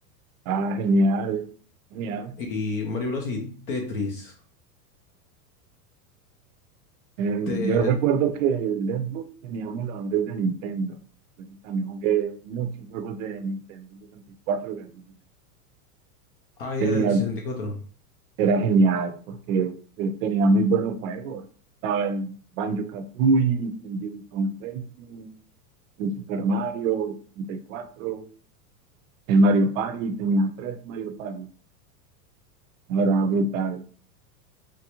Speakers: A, on the right; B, on the left.
A: Ah, genial, genial.
B: Y Mario Bros. y Tetris.
A: Eh,
B: Te...
A: yo recuerdo que el Xbox tenía emuladores de Nintendo. Entonces, también jugué muchos juegos de Nintendo 64. gracias a Dios.
B: Ah, era
A: Tenía
B: del 64.
A: era genial porque eh, tenía muy buenos juegos. Estaba el Banjo-Kazooie, el Diddy Kong Racing, el Super Mario 64, el Mario Party, tenía tres Mario Party. Ahora brutal.